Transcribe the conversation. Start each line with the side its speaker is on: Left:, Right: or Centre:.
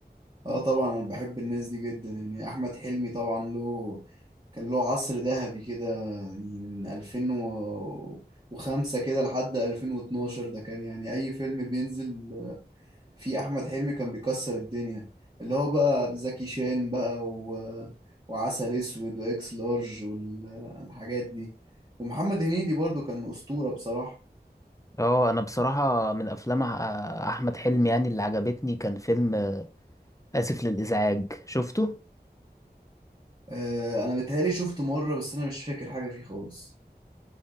Right: اه طبعا انا بحب الناس دي جدا يعني احمد حلمي طبعا له كان له عصر ذهبي كده يعني من 2005 كده لحد 2012 ده كان يعني اي فيلم بينزل في احمد حلمي كان بيكسر الدنيا اللي هو بقى زكي شان بقى و... وعسل اسود واكس لارج والحاجات دي ومحمد هنيدي برضو كان اسطورة بصراحة
Left: اه انا بصراحة من افلام أح- احمد حلمي يعني اللي عجبتني كان فيلم آه، اسف للازعاج شفته
Right: آه، انا بتهيألي شفته مرة بس انا مش فاكر حاجة فيه خالص